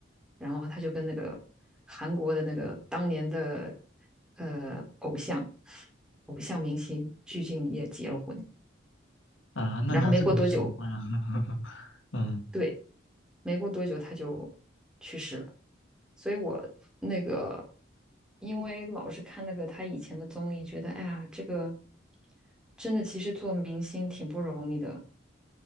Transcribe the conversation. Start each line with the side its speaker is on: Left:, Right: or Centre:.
Centre: 然后他就跟那个韩国的那个当年的呃偶像偶像明星鞠婧祎也结了婚。
Left: 啊，那你要这么说的话，
Centre: 然后没过多久，
Left: <laughs> 嗯
Centre: 对，没过多久他就去世了。所以我那个，因为老是看那个他以前的综艺，觉得哎呀，这个真的其实做明星挺不容易的。